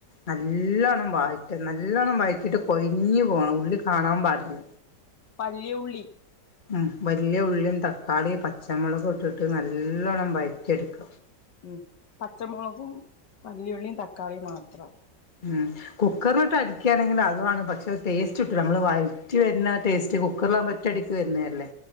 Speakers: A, on the left (about 25°); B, on the left (about 70°).
A: നല്ലോണ്ണം വായ്റ്റ നല്ലോണ്ണം വയ് റ്റിട്ട് കൊഴ്ഞ്ഞ് പോണം ഉള്ളി കാണാൻ പാടില്ല.
B: വല്ല്യള്ളി.
A: ഉം വല്യ ഉള്ളീം തക്കാളി, പച്ചമുളക് ഇട്ടിട്ട് നല്ലോണ്ണം വയറ്റി എട്ക്ക.
B: ഉം പച്ചമുളകും, വല്യുള്ളീം, തക്കാള്ളീം മാത്രം.
A: ഉം. കുക്കർല്ട്ട് അട്ക്ക്യാണെങ്കി അതാണ് പക്ഷേ ടേസ്റ്റ് കിട്ടൂല നമ്മൾ വഴറ്റി വര്ന്ന ആ ടേസ്റ്റ് കുക്കർലാവുംമ്പോ ഒറ്റയടിക്ക് വര്ന്നല്ലേ